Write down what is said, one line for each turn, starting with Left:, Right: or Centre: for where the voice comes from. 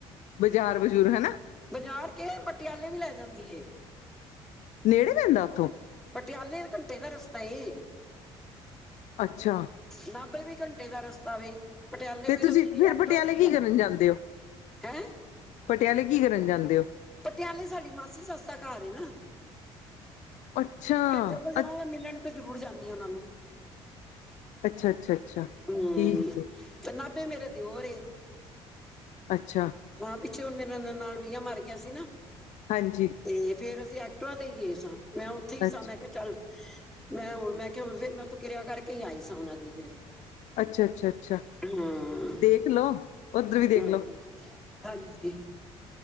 Left: ਬਾਜ਼ਾਰ -ਬਜ਼ੂਰ ਹਨਾ।
Centre: ਬਾਜ਼ਾਰ ਕਿਹੜੇ ਪਟਿਆਲੇ ਵੀ ਲੈ ਜਾਂਦੀ ਏ।
Left: ਨੇੜੇ ਪੈਂਦਾ ਉੱਥੋਂ?
Centre: ਪਟਿਆਲੇ ਘੰਟੇ ਦਾ ਰਸਤਾ ਏ।
Left: ਅੱਛਾ
Centre: ਨਾਭੇ ਵੀ ਘੰਟੇ ਦਾ ਰਸਤਾ ਵੇ। ਪਟਿਆਲੇ
Left: ਤੇ
Centre: ਫੇਰ
Left: ਤੁਸੀਂ
Centre: ਅਸੀਂ ਐਕਟਵਾ
Left: ਪਟਿਆਲੇ
Centre: ਦੇ
Left: ਕੀ
Centre: ਜਾਂਦੇ
Left: ਕਰਨ
Centre: ਹਾਂ।
Left: ਹੋ
Centre: ਹੈਂ
Left: ਪਟਿਆਲੇ ਕੀ ਕਰਨ ਜਾਂਦੇ ਓ।
Centre: ਪਟਿਆਲੇ ਸਾਡੀ ਮਾਸੀ ਸੱਸ ਘਰ ਏ ਨਾ।
Left: ਅੱਛਾ
Centre: ਤੇ, ਫਿਰ ਜਦੋਂ ਜਾਵਾ,
Left: ਅ
Centre: ਮਿਲਣ ਤਾਂ ਜ਼ਰੂਰ ਜਾਂਦੀ ਹ ਉਹਨਾਂ ਨੂੰ
Left: ਅੱਛਾ ਅੱਛਾ ਅੱਛਾ
Centre: ਹੂੰ,
Left: ਠੀਕ ਹੈ।
Centre: ਤੇ ਨਾਭੇ ਮੇਰੇ ਦਿਓਰ ਏ।
Left: ਅੱਛਾ
Centre: ਹਾਂ। ਪਿੱਛੇ ਹੁਣ ਮੇਰੇ ਨੰਨਾਣਵਈਆ ਮਰ ਗਿਆ ਸੀ ਨਾ।
Left: ਹਾਂਜੀ
Centre: ਤੇ ਫੇਰ ਅਸੀਂ ਐਕਟਿਵਾ ਤੇ ਹੀ ਗਏ ਸਾਂ। ਮੈਂ ਉੱਥੇ ਹੀ ਸਾਂ
Left: ਅੱਛ
Centre: ਮੈਂ ਚੱਲ, ਮੈਂ ਹੁਣ ਮੈਂ ਕਿਹਾ ਹੁ ਫਿਰ ਮੈਂ ਉਥੋਂ ਕਿਰਿਆ ਕਰਕੇ ਹੀ ਆਈ ਸਾਂ। ਉਹਨਾ ਦੀ ਫੇਰ
Left: ਅੱਛਾ ਅੱਛਾ ਅੱਛਾ
Centre: ਹੂੰ,
Left: ਦੇਖ ਲਉ ਉੱਧਰ ਵੀ ਦੇਖ
Centre: ਹਾਂ,
Left: ਲਓ।
Centre: ਹਾਂਜੀ